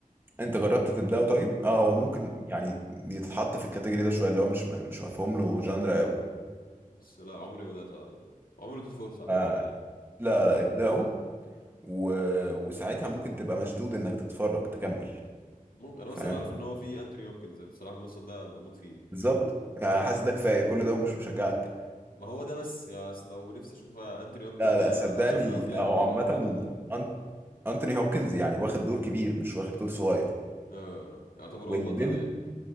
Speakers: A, on the right (about 15°); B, on the left (about 80°).
A: انت جربت تبدأه طيب اه
B: خالص
A: هو ممكن يعني يتحط في الكاتيجوري ده شويه اللي هو مش م- مش مفهوم له جانرا قوي
B: بس لا عمري ما بدات أ- عمري ما اديته فرصه عامه
A: ف- لا
B: يعني
A: لا ابدأه و... وساعتها ممكن تبقى مشدود انك تتفرج تكمل
B: ممكن انا
A: فاهم
B: بس اللي عارف ان هو في انتوني هوبكنز الصراحه الممثل ده بموت فيه
A: بالظبط يعني حاسس ده كفايه كل ده ومش مشجعك
B: ما هو ده بس يا اصل لو نفسي اشوف انتوني هوبكنز
A: لا
B: أ-
A: لا صدقني
B: اشوف له افلام
A: هو
B: يعني
A: عامه
B: افلام
A: أنت... انتوني هوبكنز يعني واخد دور كبير مش واخد دور صغير
B: اه يعتبر
A: والبنت
B: هو بطل يعني